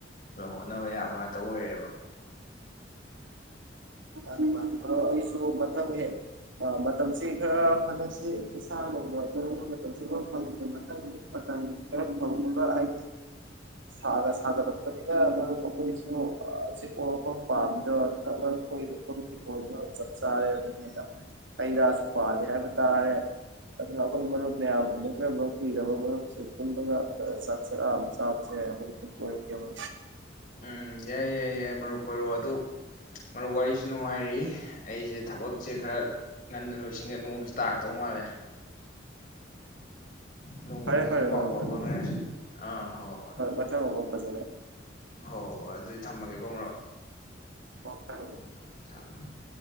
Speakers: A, on the left; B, on the right.
A: ꯂꯣꯏ ꯍꯣꯠꯅꯕ ꯌꯥꯕ ꯉꯥꯛꯇ ꯑꯣꯏꯔ‌ꯦꯕ
B: ꯃꯥꯅꯤ ꯃꯥꯅꯤ ꯃꯔꯨꯞ ꯑꯩꯁꯨ ꯃꯊꯪ ꯍꯦꯛ ꯃꯇꯝꯁꯤ ꯈꯔ ꯍꯟꯗꯛꯁꯤ ꯏꯁꯥꯅꯨꯡ ꯅꯨꯡꯉꯥꯏꯇꯕꯒ ꯃꯇꯝꯁꯨ ꯈꯔ ꯐꯪꯗꯦ ꯃꯊꯪꯒꯤ ꯃꯇꯝ ꯈꯔ ꯐꯪꯕꯒ ꯍꯥꯏꯗꯤ ꯁꯥꯒ ꯁꯥꯒꯠꯂꯛꯄꯅꯤꯅ ꯃꯔꯨꯞ ꯑꯩꯈꯣꯏꯁꯨ ꯑꯆꯤꯛꯄ ꯃꯐꯝ ꯄꯥꯝꯃꯤꯗꯣ ꯑꯗꯨꯅ ꯃꯔ ꯑꯩꯈꯣꯏ <unintelligible> ꯅ ꯆꯞ ꯆꯥꯔꯦ ꯑꯗꯨꯗꯤ ꯑꯩꯈꯣꯏ ꯍꯩ ꯔꯥꯁꯨ ꯄꯥꯜꯂ‌ꯦ ꯍꯥꯏꯕ ꯇꯥꯔꯦ ꯑꯗꯨꯅ ꯑꯩꯈꯣꯏ ꯃꯔꯨꯞ ꯃꯌꯥꯝ ꯎꯅꯗꯔꯕ ꯀꯨꯏꯔꯕ ꯃꯔꯨꯞꯁꯤꯡ ꯄꯨꯜꯂꯒ ꯆꯥꯛ ꯆꯔꯥ ꯑꯃ ꯆꯥꯕꯁꯦ ꯑꯩꯈꯣꯏꯁꯨ ꯀꯣꯏꯔꯛꯀꯦꯕ
A: ꯎꯝ ꯌꯥꯏ ꯌꯥꯏ ꯌꯥꯏ ꯃꯔꯨꯞ ꯀꯣꯏꯔ‌ꯣ ꯑꯗ‌ꯣ ꯃꯔꯨꯞ ꯋꯥꯔꯤꯁꯨ ꯅꯨꯡꯉꯥꯏꯔꯤ ꯑꯩꯁꯦ ꯊꯕꯛꯁꯦ ꯈꯔ ꯉꯟꯅ ꯂꯣꯏꯁꯤꯟꯒ‌ꯦ ꯅ‌ꯣꯡꯁꯦ ꯇꯥꯔꯛꯇꯧ ꯃꯥꯜꯂꯦ ꯅꯣꯡꯃ
B: ꯐꯔꯦ
A: ꯐꯖꯅ
B: ꯐꯔꯦ
A: ꯄꯥꯎ
B: ꯃꯔꯨꯞ
A: ꯐꯥꯎ
B: ꯑꯗꯨꯗꯤ
A: ꯐꯥꯎꯅꯔꯁꯦ ꯑꯥ ꯍꯣꯏ ꯍꯣꯏ
B: ꯃꯊꯪ ꯑꯃꯨꯛ ꯐꯖꯅ
A: ꯍꯣꯏ ꯍꯣꯏ ꯑꯗꯨꯗꯤ ꯊꯝꯃꯒꯦꯀꯣ ꯃꯔꯨꯞ
B: <unintelligible>
A: ꯎꯝ ꯊꯝꯃꯦ